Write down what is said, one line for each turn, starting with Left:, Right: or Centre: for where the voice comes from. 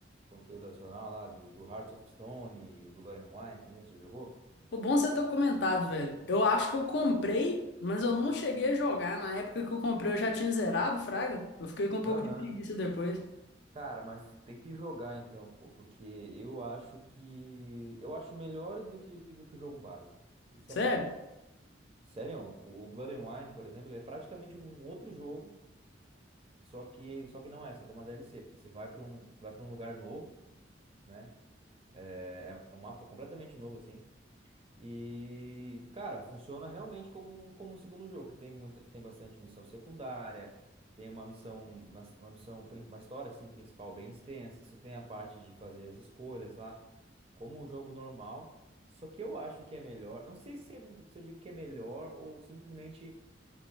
Right: Conteúdo adicional lá do, do Hearts of Stone e o Blood and Wine também, você jogou?
Left: Pô, bom você ter comentado, velho. Eu acho que eu comprei, mas eu não cheguei a jogar. Na época que eu comprei, eu já tinha zerado, fraga. Eu fiquei com um pouco
Right: Aham.
Left: de preguiça depois.
Right: Cara, mas tem que jogar então, pô, porque eu acho que eu acho melhor do que do que o jogo base, sinceramente.
Left: Sério?
Right: Sério, o o Blood and Wine, por exemplo, ele é praticamente um outro jogo, só que só que não é, só que é uma DLC, porque você vai para um, você vai para um lugar novo, né? É, é um mapa completamente novo assim. E, cara, funciona realmente como, um- como um segundo jogo, que tem muita, tem bastante missão secundária, tem uma missão, uma, uma missão, prin- uma história assim principal bem extensa, você tem a parte de fazer as escolhas lá, como um jogo normal. Só que eu acho que é melhor, não sei se, é- se eu digo que é melhor ou simplesmente